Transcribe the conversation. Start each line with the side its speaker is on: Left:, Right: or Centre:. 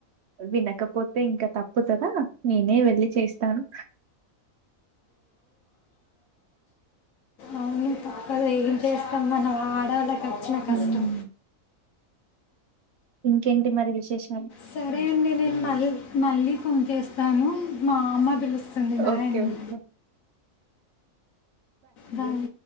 Right: వినకపోతే ఇంకా తప్ తుతదా నేనే వెళ్ళి చేస్తాను.
Left: అవును తప్పదు ఏం చేస్తాం మనం ఆడాళ్ళకి వచ్చిన కష్టం.
Right: హ్మ్. ఇంకేంటి మరి విశేష్
Left: సరే అండి నేను మళ్ళి మళ్ళీ ఫోన్ చేస్తాను మా అమ్మ బిలుస్ సుది బాయ్
Right: ఓకే
Left: అండి.
Right: Okay
Left: bye.